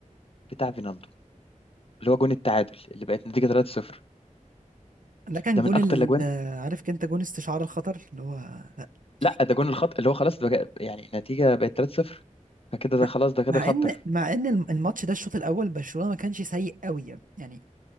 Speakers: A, on the left; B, on the right.
A: بتاع فينالدو اللي هو جون التعادل اللي بقت نتيجة 3-0
B: ده كان
A: ده
B: جون
A: من أكتر
B: ال...
A: الأجوان
B: عارف انت جون استشعار الخطر اللي هو <laughs>
A: لا ده
B: كده
A: جون
B: كده
A: الخط اللي هو خلاص بقى يعني النتيجة بقت 3-0 فكده
B: مع
A: ده خلاص ده كده
B: مع
A: خطر
B: ان مع ان الم- الماتش ده الشوط الاول برشلونه ما كانش سيء قوي يعني يعني